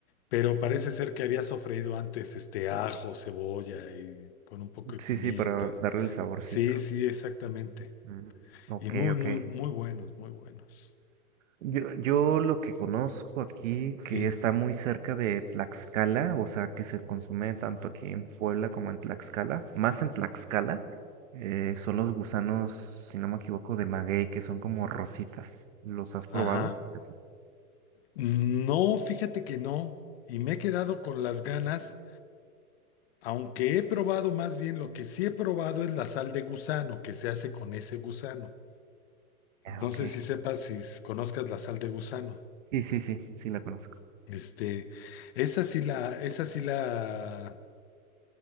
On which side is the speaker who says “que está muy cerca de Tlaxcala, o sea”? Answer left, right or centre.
Right